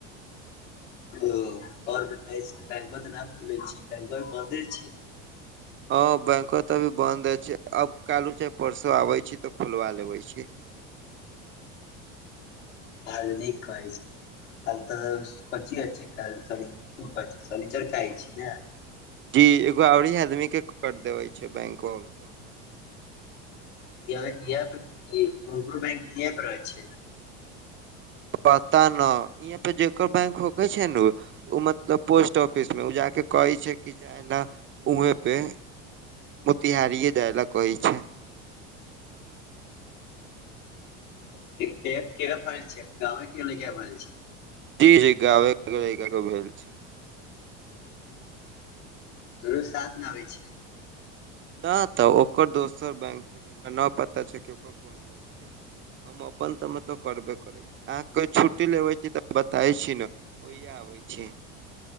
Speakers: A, on the left; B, on the right.
A: ओ और बताई छै बैंक वा तऽ न खुलय छी बैंकवा तै बंदे छी।
B: हां बैंकवा तै अभी बंन्दे छै, अब काएल उ चाहे परसो आबय छै तै खूलबा लेबय छीयै।
A: हाल निक कहय छै। कल तऽ कौंची अछि काएल शनी, शुक्र अछि, शनिचर के आए छी नै।
B: जी एगो ओरी आदमी के कर देबय छै बैंकवा में।
A: यैह-यैह तै ई <unintelligible> छै।
B: पता नै ईहाँ पे जेकर बैंक होके छै ने उ उ मतलब पोस्ट ऑफिस मे उ जाके कहय छै कि जाय लै उहें पे। मोतिहारीेए जाय ल कहय छै।
A: <unintelligible>
B: जी-जी गावे के <inaudible> भेल छै।
A: तोरो साथ नै आबय छै।
B: न त ओकर दोसर बैंक छै, हमरा न पता छै की ओकर कोन बैंक छै, हम अपन तऽ मतलब करबे करय अहां के छुट्टी लेबे छी तऽ बताय छी नै ओहिया आबै छी।